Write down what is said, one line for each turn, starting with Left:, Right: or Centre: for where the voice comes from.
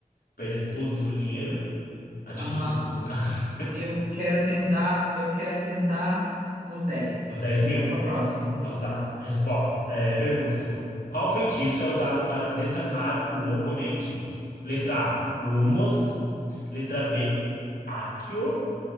Left: perder todo o seu dinheiro, adquirido
Right: Aham.
Left: no caso,
Right: Eu quero tentar, eu quero tentar os 10.
Left: <laughs> os 10 mil?
Right: Vamos pra próxima.
Left: Então tá, resposta, é, pergunta, desculpa. Qual feitiço é usado para desarmar o oponente? Letra A, Lumos. Letra B, Accio.